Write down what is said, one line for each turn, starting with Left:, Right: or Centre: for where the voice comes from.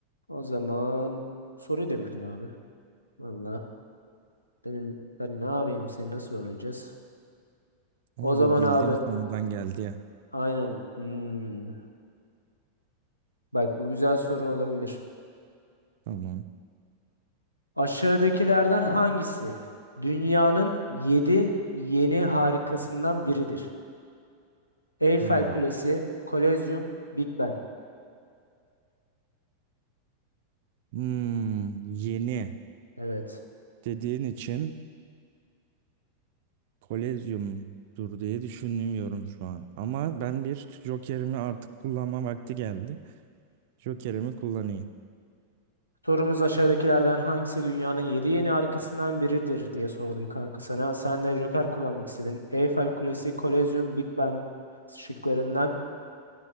Left: O zaman soruyu da bildin abi. Valla benim ben ne yapayım seni nasıl zorlayacağız?
Right: Ama
Left: O zaman
Right: bu bildiğim
Left: abi
Right: konudan geldi ya.
Left: aynen. Hmm, Bak bu güzel soru olabilir.
Right: Tamam.
Left: Aşağıdakilerden hangisi dünyanın 7 yeni harikasından biridir? Eyfel
Right: Ha.
Left: Kulesi, Kolezyum, Big Ben.
Right: Hmm, yeni
Left: Evet.
Right: dediğin için kolezyumdur diye düşünmüyorum şu an. Ama ben bir jokerimi artık kullanma vakti geldi. Jokerimi kullanayım.
Left: Sorumuz aşağıdakilerden hangisi dünyanın yedi yeni harikasından biridir diye sordum kanka sana. Sen de Joker kullanmak istedin. Eyfel Kulesi, Kolezyum, Big Ben şıklarından